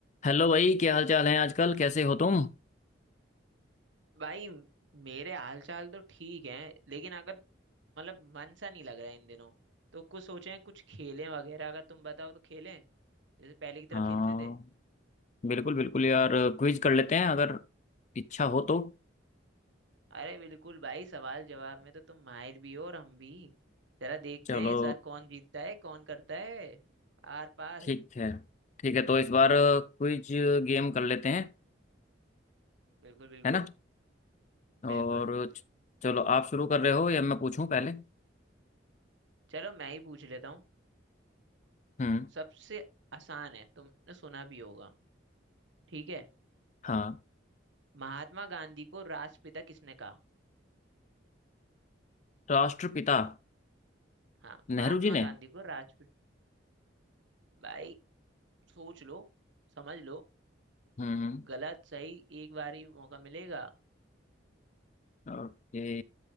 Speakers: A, on the left; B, on the right.
A: Hello भाई क्या हाल चाल है आजकल कैसे हो तुम
B: भाई मेरे हाल चाल तो ठीक है लेकिन अगर मतलब मन सा नहीं लग रहा है इन दिनों तो कुछ सोचे हैं, कुछ खेलें वगैरह अगर तुम बताओ तो खेलें जैसे पहले की तरह
A: हाँ
B: खेलते थे
A: बिल्कुल बिल्कुल यार क्विज कर लेते हैं अगर इच्छा हो तो
B: अरे बिल्कुल भाई सवाल जवाब में तो तुम माहिर भी हो और हम भी जरा देखते
A: चलो
B: हैं इस बार कौन जीतता है कौन करता है आर पार
A: ठीक है ठीक है तो इस बार क्विज गेम कर लेते हैं
B: बिल्कुल बिल्कुल
A: है ना
B: बिल्कुल
A: और च- चलो आप शुरू कर रहे हो या मैं पूछूं पहले
B: चलो मैं ही पूछ लेता हूँ
A: हम्म
B: सबसे आसान है तुमने सुना भी होगा ठीक है
A: हाँ
B: महात्मा गांधी को राष्ट्रपिता किसने कहा
A: राष्ट्रपिता
B: हाँ महात्मा
A: नेहरू जी ने
B: गांधी को राष्ट्रपिता भाई सोच लो समझ लो
A: हम्म
B: गलत सही एक बार ही मौका मिलेगा
A: ओके